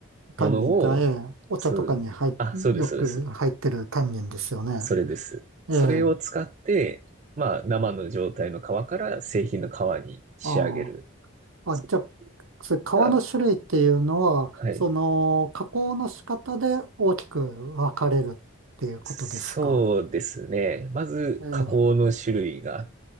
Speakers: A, on the right; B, on the right.
A: タンニンって、
B: ものを、
A: ええ、お茶とかに入っ、
B: そう、あ、そうです、
A: よく入ってるタンニンですよね。
B: そうです。それです。それを使って、
A: ええ、
B: まあ、生の状態の皮から製品の皮に仕上げる。
A: ああ、
B: それ
A: あ、じゃあ、それ皮の種類っていうのは、
B: が、はい。
A: その、加工の仕方で大きく分かれるっていうことですか。
B: そうですね。まず、
A: ええ、
B: 加工の種類が